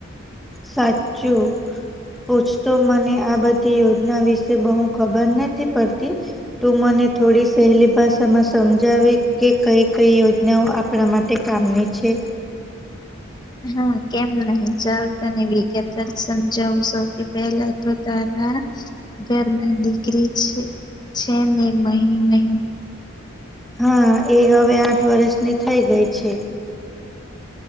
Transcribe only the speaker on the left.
હા કેમ નહી ચાલ તને વિગતમા સમજાવું સૌથી પહેલો તો તારા ઘરમાં દીકરી છે છે ને મહી નહી